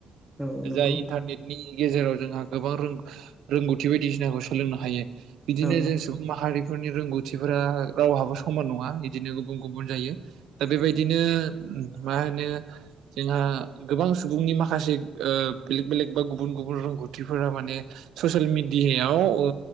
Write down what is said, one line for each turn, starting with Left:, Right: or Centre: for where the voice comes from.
Centre: औ नंगौ नोंथां औ नंगौ
Right: जाय
Centre: औ
Right: इन्टारनेट नि गेजेराव जोंहा गोबां रों-रोंगौथि बायदिसिनाखौ सोलोंनो हायो। बिदिनो
Centre: नंगौ औ
Right: जों सुबुं माहारिफोरनि रोंगौथिफोरा रावहाबो स मान नङा बिदिनो गुबुन गुबुन जायो दा बेबायदिनो मा होनो जोंहा गोबां सुबुंनि माखासे ओ बेलेग बेलेग बा गुबुन गुबुन रोंगौथिफोरा माने स'सियेल मिडियायाव ओ